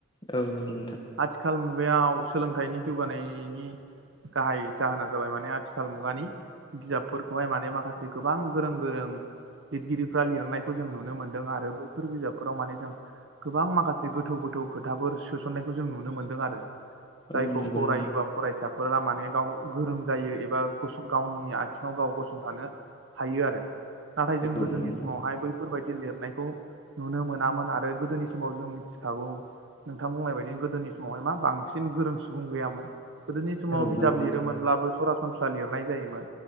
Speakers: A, on the left; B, on the right.
A: औ नंगौ
B: आथिखाल मुगायाव सोलोंथाइनि जौगानायनि गाहाय जाहोना जाबाय माने आथिखाल मुगानि बिजाबफोरखौहाय माने माखासे गोबां गोरों गोरों लिरगिरिफ्रा लिरनायखौ जों नुनो मोन्दों आरो बैफोर बिजाबफोराव माने जों गोबां माखासे गोथौ- गोथौ खोथाफोर सोसननायखौ जों नुनो मोन्दों आरो जायखौ
A: औ नंगौ
B: फरायोबा
A: नोंथां
B: फरायसा फोरामाने गाव गोरों जायो एबा गावनि आथिङाव गाव गसंथानो हायो आरो नाथाय जों गोदोनि
A: औ नंगौ
B: समावहाय बै बेफोरबायाददि लिरनायखौ नुनो मोनामोन आरो गोदोनि समाव जों मिथिखागौ नोंथां बुंनाय बाय दिगोदोनि समावहाय मा बांसिन गोरों सुबुं गैयामोन गोदोनि समाव
A: औ
B: बिजाब
A: नंगौ
B: लिरोमोनब्लाबो
A: नोंथां
B: सरास सनस्रा लिरनाय जायोमोन